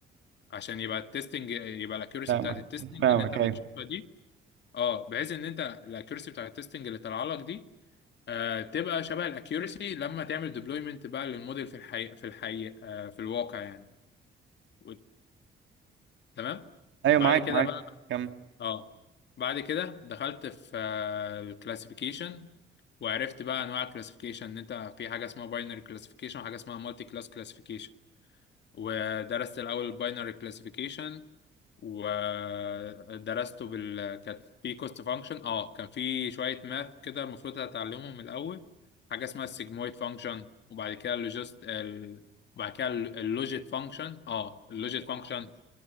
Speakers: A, on the left; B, on the right.
A: عشان يبقى التستنج يبقى الاكيورسي
B: فاهمك
A: بتاعت التستنج
B: فاهمك
A: اللي انت بتشوفها
B: ايوه
A: دي اه بحيث ان انت الاكيورسي بتاعت التستنج اللي طالعه لك دي آه تبقى شبه الاكيورسي لما تعمل ديبلويمنت بقى للموديل في الحقيقه في الحقيقه آه في الواقع يعني و- تمام
B: ايوه
A: بعد
B: معاك
A: كده
B: معاك
A: بقى
B: كمل
A: اه بعد كده دخلت في الكلاسيفيكيشن وعرفت بقى انواع الكلاسيفيكيشن ان انت في حاجه اسمها باينري كلاسيفيكيشن وحاجه اسمها مالتي كلاس كلاسيفيكيشن ودرست الاول الباينري كلاسيفيكيشن ودرسته بال كانت في كوست فانكشن اه كان في شويه ماث كده المفروض هتعلمهم الاول حاجه اسمها السيجمويد فانكشن وبعد كده اللوجيست ال... وبعد كده اللوجيت فانكشن اه اللوجيت فانكشن